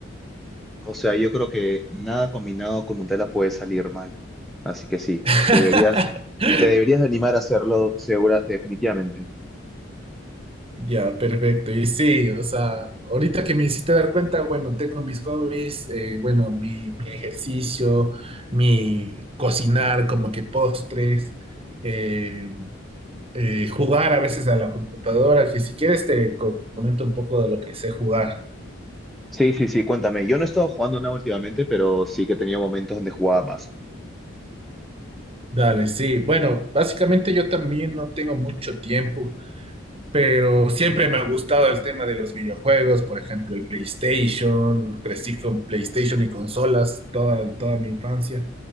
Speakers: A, in the centre; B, on the right.
A: o sea, yo creo que nada combinado con Nutella puede salir mal. Así que sí,
B: <laughs>
A: te deberías, te deberías de animar a hacerlo, segura, definitivamente.
B: Ya, perfecto. Y sí, o sea, ahorita que me hiciste dar cuenta, bueno, tengo mis hobbies, eh, bueno, mi, mi ejercicio, mi cocinar como que postres, eh, eh, jugar a veces a la computadora, que si quieres te co- comento un poco de lo que sé jugar.
A: Sí, sí, sí, cuéntame. Yo no he estado jugando nada últimamente, pero sí que he tenido momentos donde jugaba más.
B: Dale, sí. Bueno, básicamente yo también no tengo mucho tiempo. pero siempre me ha gustado el tema de los videojuegos, por ejemplo, el PlayStation, crecí con PlayStation y consolas toda, toda mi infancia,